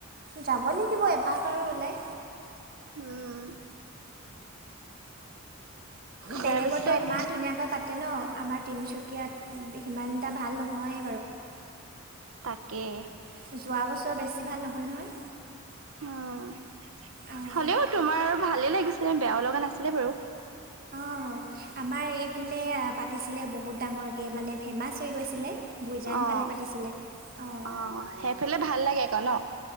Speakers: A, on the right; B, on the right.
A: যাব লাগিব এপাক আৰু ওলাই।
B: উম। তাৰপিছত
A: বেলেগতো ইমান ধুনীয়াকৈ পাতে ন, আমাৰ তিনিচুকীয়াত সিমানটা ভাল নহয়
B: তাকে
A: বাৰু। যোৱা বছৰ বেছি ভাল নহল নহয়।
B: উম,
A: অঁ
B: হ'লেও তোমাৰ ভালে লাগিছিলে, বেয়াও লগা নাছিলে বাৰু।
A: অ', আমাৰ এইপিনে পাতিছিলে বহুত ডাঙৰকৈ মানে, ফেমাচ হৈ গৈছিলে। গুইজান
B: অ',
A: ফালে পাতিছিলে অঁ
B: অ', সেইফালে ভাল লাগে আকৌ ন?